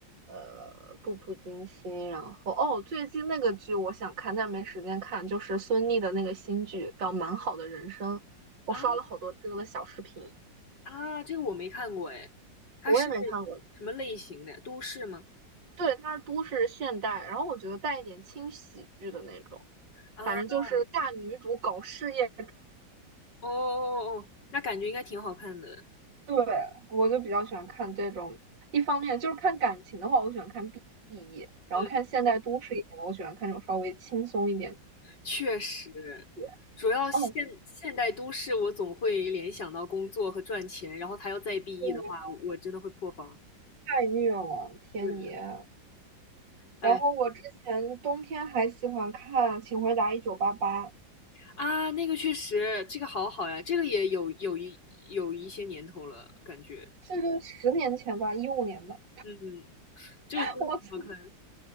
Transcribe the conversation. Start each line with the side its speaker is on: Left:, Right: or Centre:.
Right: 呃，步步惊心，然后哦，最近那个剧我想看，但没时间看，就是孙俪的那个新剧叫《蛮好的人生》，我刷了好多这个的小视频，
Left: 啊啊，这个我没看过哎，它是
Right: 我也没看过。
Left: 什么类型的？都市吗？
Right: 对，它是都市现代，然后我觉得带一点轻喜剧的那种，
Left: 啊，
Right: 反正就是大女主搞事业
Left: 哦哦哦，那感觉应该挺好看的。
Right: 对，我就比较喜欢看这种。一方面就是看感情的话，我喜欢看 BE，然后看现代都市一点的，
Left: 嗯
Right: 我喜欢看这种稍微轻松一点的
Left: 确实，
Right: 剧。
Left: 主要现现代都市，
Right: 哦，
Left: 我总会联想到工作和赚钱，然后他要再 BE
Right: 对，
Left: 的话，我真的会破防。
Right: 太虐了，天爷！
Left: 对，哎
Right: 然后我之前冬天还喜欢看《请回答一九八八》，
Left: 啊，那个确实，这个好好呀，这个也有有一有一些年头了，感觉，
Right: 这个十年前吧，一五年的。
Left: 嗯，这个真的挺好看，
Right: <laughs> 我只